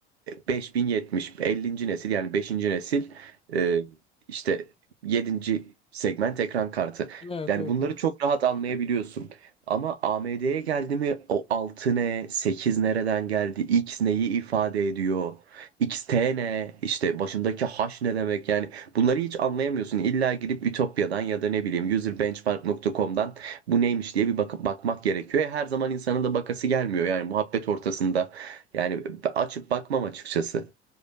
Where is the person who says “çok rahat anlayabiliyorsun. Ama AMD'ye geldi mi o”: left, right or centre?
Right